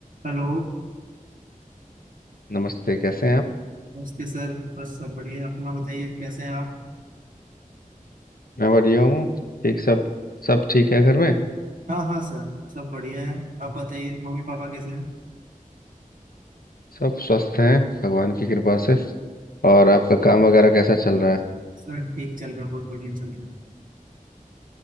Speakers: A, on the right (about 65°); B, on the left (about 85°).
A: हेलो
B: नमस्ते कैसे हैं आप
A: नमस्ते सर बस सब बढ़िया है अपना बताइए कैसे हैं आप
B: मैं बढ़िया हूँ ठीक सब सब ठीक है घर में
A: हाँ हाँ सर सब बढ़िया है आप बताइए मम्मी पापा कैसे हैं
B: सब स्वस्थ हैं भगवान की कृपा से और आपका काम वगैरह कैसा चल रहा है
A: सर ठीक चल रहा है बहुत बढ़िया चल रहा है